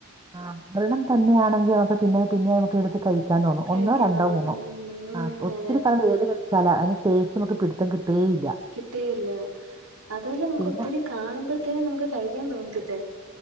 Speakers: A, on the right; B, on the right.
A: ആഹ് ദ്രണം തന്നെയാണെങ്കി നമുക്ക് പിന്നേം പിന്നേം നമുക്കെടുത്ത് കഴ് ക്ക്യാൻ തോന്നു
B: കഴിക്കാൻ
A: ഒന്നോ രണ്ടോ
B: തോന്നും
A: മൂന്നോ
B: ഉം ഉം
A: ആഹ് ഒത്തിരി
B: അതെ
A: കണ് ഏത് കഴ് ചല അയ്ന് ടേസ്റ്റമക്ക് പിട്ത്തം കിട്ടേ ഇല്ല
B: കിട്ടേ ഇല്ല അതൊല്ലാ നമുക്കൊത്തിരി
A: പിന്നെ
B: കാണുമ്പോഴത്തേനും നമുക്ക് കഴിക്കാൻ തോന്നത്തില്ല